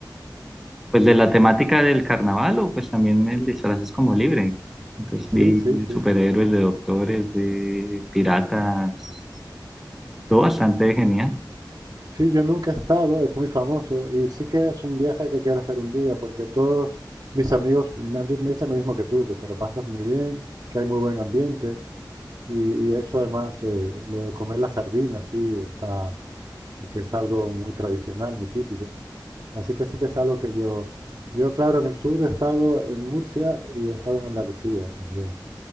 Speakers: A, in the centre; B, on the right.
A: pues de la temática del carnaval o pues también el disfraz es como libre. Entonces
B: sí,
A: vi
B: sí,
A: de
B: sí.
A: superhéroes, de doctores, de piratas, todo bastante genial.
B: Sí, yo nunca he estado, es muy famoso y sí que es un viaje que quiero hacer un día porque todos mis amigos me, han di- me dicen lo mismo que tú, que te lo pasas muy bien, que hay muy buen ambiente y, y eso además, eh, lo de comer las sardinas, sí, está, que es algo muy tradicional, muy típico. Así que sí que es algo que yo, yo claro, en el sur he estado en Murcia y he estado en Andalucía también.